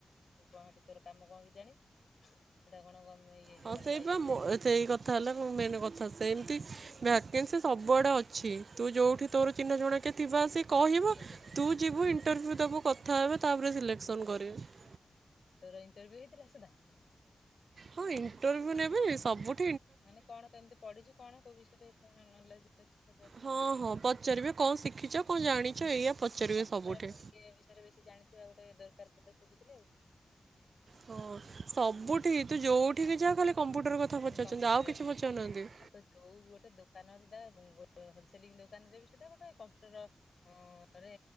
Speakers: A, on the left; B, on the right.
A: <unintelligible> ଗୋହା ଭିତରେ କାମ କଣ କି ଜାଣିବୁ? ସେଇଟା କଣ ଗମେ ଇଏ ଯୋଉ
B: ହଁ
A: ଅଲଗା
B: ସେଇପା
A: ଇଏ
B: ମୋ
A: ଯେ ହେଇଛି
B: ସେଇ କଥା ହେଲା ମୋ ମେନ୍ କଥା ସେମତି
A: ହୁଁ
B: ଭ୍ୟାକେନ୍ସି ସବୁଆଡେ ଅଛି ତୁ ଯୋଉଠି
A: ହୁଁ
B: ତୋର ଚିହ୍ନା ଜଣା କିଏ ଥିବ ଆସି କହିବୁ
A: ଇଏ କରିବେ
B: ତୁ
A: ହଁ
B: ଯିବୁ ଇଣ୍ଟରଭ୍ୟୁ ଦେବୁ କଥା ହେବା ତାପରେ ସିଲେକ୍ସନ୍ କରିବେ।
A: ହୁଁ, ତୋର ଇଣ୍ଟରଭି୍ୟୁ ହେଇଥିଲା ସେଟା?
B: ହଁ, ଇଣ୍ଟରଭିୁ ନେବେ ନି ସବୁଠୁ
A: ମାନେ କଣ କେମିତି ପଢିଛୁ କଣ କୋଉ ବିଷୟରେ କଣ ନଲେଯ ଅଛି ପଚାର
B: ହଁ, ହଁ ପଚାରିବେ କଣ ଶିଖିଛ କଣ ଜାଣିଛ
A: ହଁ।
B: ଏଇଆ ପଚାରିବେ
A: କମ୍ପ୍ୟୁଟର
B: ସବୁଠି।
A: ଇଏ ବିଷୟରେ ବେଶୀ ଜାଣିଥିବା ଗୋଟେ ଦରକାର ପଦେ ଖୋଜୁଥିଲି ଆଉ।
B: ହଁ, ସବୁଠି ତୁ ଯୋଉଠିକି ଯା ଖାଲି କମ୍ପ୍ୟୁଟର କଥା
A: ପୁଣି
B: ପଚାରୁଛନ୍ତି
A: କମ୍ପ୍ୟୁଟର
B: ଆଉ କିଛି
A: ସିଷ୍ଟ
B: ପଚାରୁ ନାହାନ୍ତି।
A: ଆଉ ତ ଯୋଉ ଗୋଟେ ଦୋକାନ ରେ ଯା ଗୋ ସୁଧା ହୋଲସେଲି ଦୋକାନରେ ବି ସୁଧା ଗୋଟେ କମ୍ପୁଟର ହଁ ରେ